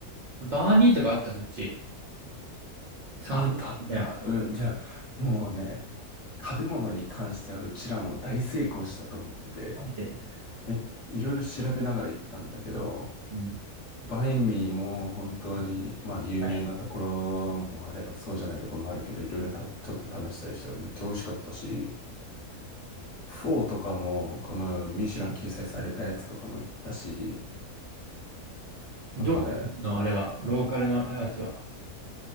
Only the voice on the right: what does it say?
バーミーとかあった、そっち。サンドイッチみたい
な。なんで
うん。
はい
どうのあれは、ローカルのやつは。